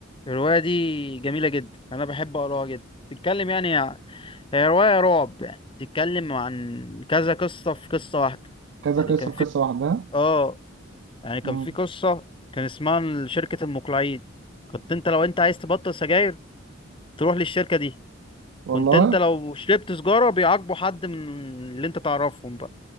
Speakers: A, on the left; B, on the right.
A: الروايه دي جميله جدا انا بحب اقراها جدا تتكلم يعني هي روايه رعب يعني تتكلم عن كذا قصه في قصه واحده
B: كذا
A: يعني
B: قصة
A: كان
B: في
A: في
B: قصة لوحدها
A: اه يعني كان
B: مم.
A: في قصة كان اسمها شركة المقلعين كنت انت لو انت عايز تبطل سجاير تروح للشركة دي
B: والله
A: كنت انت لو شربت سجارة بيعاقبوا حد من اللي انت تعرفهم بقى